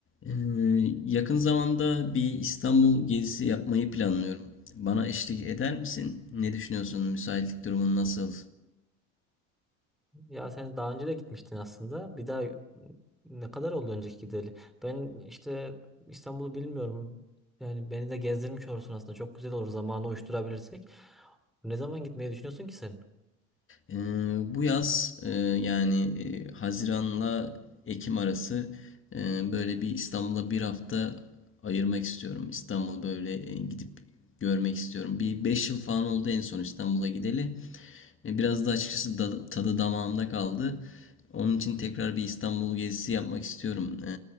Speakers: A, on the left; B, in the centre.
A: Ee, yakın zamanda bir İstanbul gezisi yapmayı planlıyorum. Bana eşlik eder misin? Ne düşünüyorsun? Müsaitlik durumun nasıl?
B: Ya sen daha önce de gitmiştin aslında. Bir daha ne kadar oldu önceki gideli? Ben işte İstanbul'u bilmiyorum. Yani beni de gezdirmiş olursun aslında. Çok güzel olur zamanı uyuşturabilirsek. Ne zaman gitmeyi düşünüyorsun ki sen?
A: Ee, bu yaz e, yani e, Haziran'la Ekim arası e, böyle bir İstanbul'a bir hafta ayırmak istiyorum. İstanbul böyle e, gidip görmek istiyorum. Bir 5 yıl falan oldu en son İstanbul'a gideli. E, Biraz da açıkçası tadı damağımda kaldı. Onun için tekrar bir İstanbul gezisi yapmak istiyorum. E,